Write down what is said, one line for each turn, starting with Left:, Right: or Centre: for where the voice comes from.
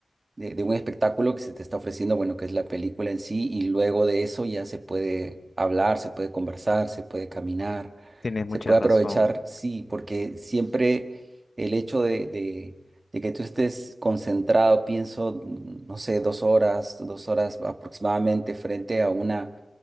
Right: de, de un espectáculo que se te está ofreciendo, bueno, que es la película en sí, y luego de eso ya se puede hablar, se puede conversar, se puede caminar,
Left: Tienes
Right: se
Left: mucha
Right: puede
Left: razón.
Right: aprovechar, sí, porque siempre el hecho de, de, de que tú estés concentrado, pienso, mm, no sé, dos horas, dos horas aproximadamente frente a una